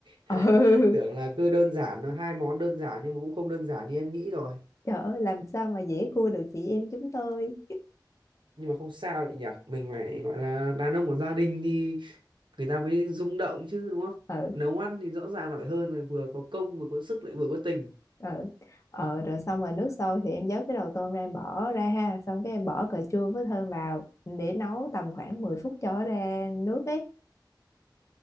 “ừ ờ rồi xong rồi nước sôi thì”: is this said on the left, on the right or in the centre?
Left